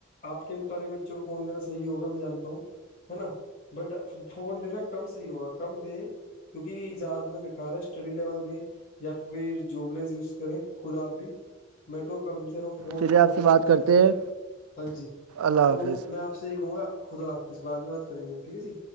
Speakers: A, on the left; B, on the right.
A: آپ کے مطابق بچوں کو فون دینا صح ہوگا میں جانتا ہوں ہے نا بٹ فون لینا کم صحیح ہوا کم دے کیونکہ جادنا بےکار ہے اسٹڈی لول ت یا پھر جوبلز یوز کریں خود آپ بھی میں تو کم سے کم فون
B: چلیے
A: کو
B: آپ
A: بہت
B: سے بات
A: کم یوز
B: کرتے
A: کرتا ہوں
B: ہیں
A: ہاں جی
B: اللہ
A: تو
B: حافظ
A: میں آپ اب سے ایکوں گا خداظ بع میں بات کریں گے ہم ٹھیک ہے جی